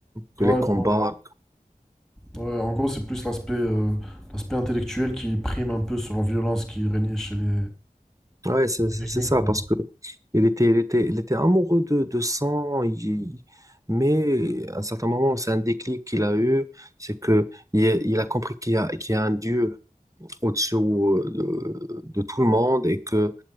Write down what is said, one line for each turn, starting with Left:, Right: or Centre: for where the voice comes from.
Right: que
Centre: Ouais,
Right: les combats.
Centre: je vois. Ouais, en gros, c'est plus l'aspect euh, l'aspect intellectuel qui prime un peu sur la violence qui régnait chez les
Right: Ouais, c'est c'est-
Centre: Vikings,
Right: c'est ça,
Centre: quoi.
Right: parce que Il était, il était, il était amoureux de, de sang, il- mais à un certain moment, c'est un déclic qu'il a eu, c'est que il, il a compris qu'il y a, qu'il y a un Dieu au dessus euh, de, de tout le monde et que